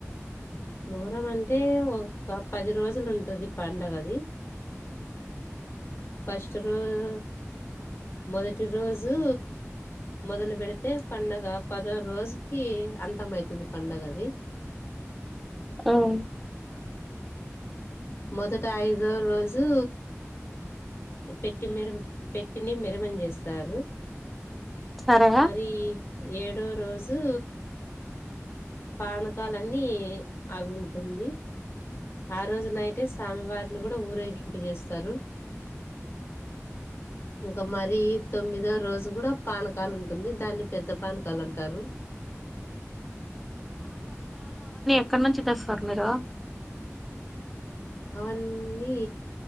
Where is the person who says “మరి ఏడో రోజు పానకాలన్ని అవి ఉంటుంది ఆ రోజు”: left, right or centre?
Left